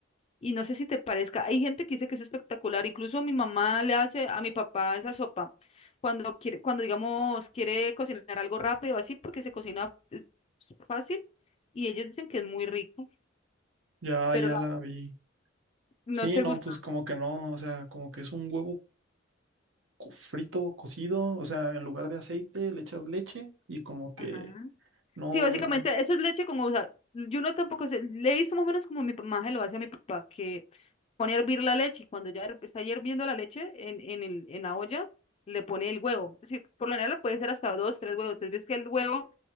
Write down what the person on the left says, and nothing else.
y no sé si te parezca. Hay gente que dice que es espectacular. Incluso mi mamá le hace a mi papá esa sopa cuando quiere, cuando digamos quiere cocinar algo rápido así, porque se cocina es fácil. Y ellos dicen que es muy rico,
pero
la-
no
te
gusta.
Ajá.
Sí, básicamente
eso es leche con, o sea, yo no tampoco sé, le he visto más o menos como mi mamá se lo hace a mi papá, que pone a hervir la leche y cuando ya her- está hirviendo la leche en, en, el, en la olla, le pone el huevo. Sí, por lo general puede ser hasta dos, tres huevos. Entonces ves que el huevo